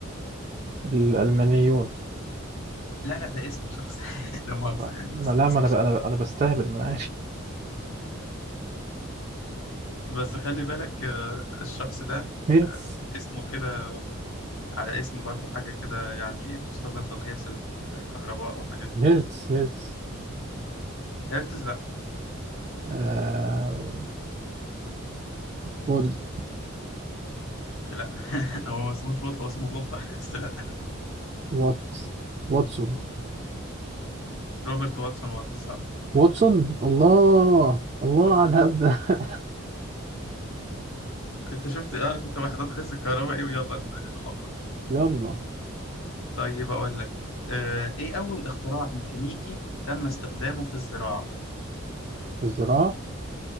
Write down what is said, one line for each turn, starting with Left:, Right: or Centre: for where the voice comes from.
Right: الألمانيون
Left: لا لا ده اسم شخص <laughs> لا مؤاخذة
Right: ما
Left: يعني
Right: ما-
Left: بس
Right: لا
Left: ده اسم
Right: ما أنا
Left: شخص
Right: ب... أنا ب... أنا بستهبل ما أنا عارف
Left: بس خلي بالك آه، الشخص ده
Right: هرتز
Left: آه، اسمه كده على اسم برضو حاجة كده يعني بتستخدم في قياس الكهرباء والحاجات دي
Right: هرتز هرتز
Left: هرتز لا
Right: آه فولت
Left: لا <laughs> هو ما اسموش فولت هو اسمه فولتا <laughs> بس لا
Right: وات واتسون
Left: روبرت واتسون وات صح
Right: واتسون الله الله
Left: واتسون
Right: على الهبد
Left: وات
Right: ده <laughs>
Left: انت شفت اعرف انت وحدات قياس الكهرباء ايه ويلا نخبط
Right: يلا
Left: طيب اقول لك آه، ايه اول اختراع ميكانيكي تم استخدامه في الزراعة
Right: الزراعة